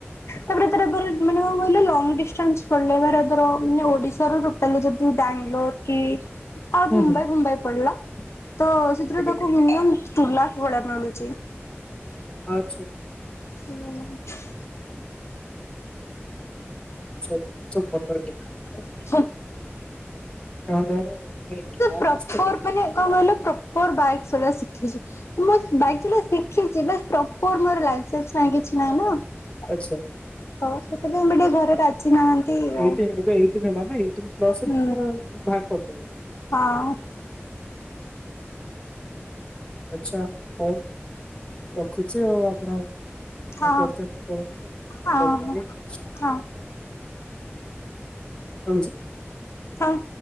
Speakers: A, on the left; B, on the left.
A: ତାପରେ ତାର ଫେରେ ମାନେ କଣ କହିଲ ଲଙ୍ଗ ଡିଷ୍ଟାନ୍ସ ଚଲେଇବାର ଆଇଦର୍ ମାନେ ଓଡିଶାରୁ ତାହେଲେ ଯଦି ବ୍ୟାଙ୍ଗଲୋର କି ଆଉ
B: ହୁଁ
A: ମୁମ୍ବାଇ
B: ହୁଁ
A: ଫୁମ୍ବାଇ ପଡିଲା ତ ସେଥିରେ
B: ଆଜ୍ଞା
A: ତାକୁ ମିନିମମ୍ ଟୁ ଲାଖ ଭଳିଆ ମିଳୁଚି।
B: ଆଚ୍ଛା।
A: ହୁଁ।
B: <unintelligible>
A: <unintelligible>
B: <unintelligible>
A: ପ୍ରପର୍
B: ତ କେହି ନାହାନ୍ତି
A: ମାନେ କଣ କହିଲ ପ୍ରପର୍ ବାଇକ୍ ଚଲେଇବା ଶିଖିଚି। ମୁଁ ବାସ୍ ବାଇକ୍ ଚଲା ଶିଖିଚି ବାସ୍ ପ୍ରପର୍ ମୋରେ ଲାଇସେନ୍ସ ନାଇଁ କିଛି ନାହିଁ ନାଁ।
B: ଆଚ୍ଛା।
A: ସେଥିପାଇଁବି ଟିକେ ଘରେ ରାଜି ନାହାନ୍ତି। ଆଉ।
B: ଏଇଟିନ୍ ଏବେ ଏଇଟିନ୍ ହେଲାନା ଏଇଟିନ୍ ପ୍ଲସ୍ କୁ
A: ହୁଁ
B: ପୁରା ବାହାର କରିଦେବେ।
A: ହଁ।
B: ଆଚ୍ଛା ହଉ ରଖୁଚି ଆଉ ଆପଣ
A: ହଁ
B: କଣ୍ କରୁଚନ୍ତି କରନ୍ତୁ ଆଉ
A: ହଁ
B: କଲ୍ କରିବି ଆଉ।
A: ହଁ।
B: ରହୁଚି।
A: ହଁ।